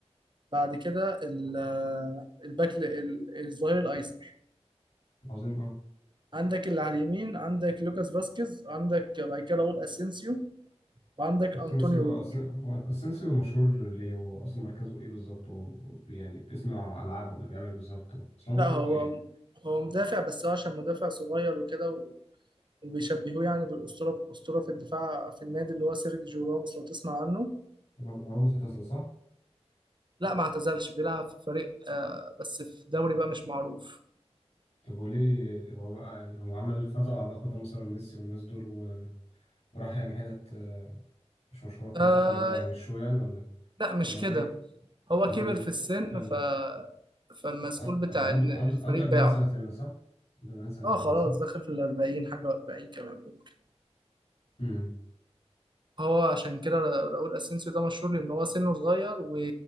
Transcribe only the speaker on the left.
عظيم قوي
اسينسيو
هو اسينسيو مشهور ليه واصلا مركزه ايه بالظبط و- يعني بيصنع العاب ولا بيعمل ايه بالظبط اصلا هو مشهور
قوي يعني
هو راموس اعتزل صح
طب وليه هو بقى يعني هو عمل خطأ على خطأ مثلا ميسي والناس دول و... وراح يعني حتت آه، مش مشهورة خالص
عشان يبعد عن الشو يعني ولا
ولا
هو ليه
امال
ليه
بقى؟
كان
عن-
هو عنده
عنده عنده 40
سنة تقريبا صح عنده 40 سنة تقريبا
صح
امم